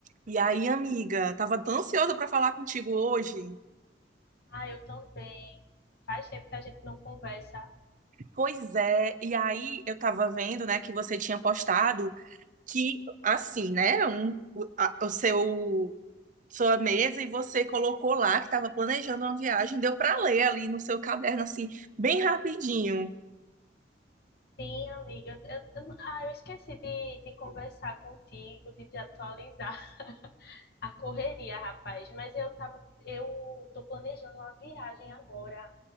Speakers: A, on the right (about 45°); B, on the left (about 60°).
A: E aí, amiga, tava tão ansiosa para falar contigo hoje.
B: Ah, eu também. Faz tempo que a gente não conversa.
A: Pois é, e aí eu tava vendo, né, que você tinha postado que assim, né, um, o, a- o seu sua mesa e você colocou lá que tava planejando uma viagem, deu para ler ali no seu caderno assim, bem rapidinho.
B: Sim, amiga. Eu- eu- ah, eu esqueci de, de conversar contigo, de te atualizar. <laughs> A correria, rapaz. Mas eu tava, eu tô planejando uma viagem agora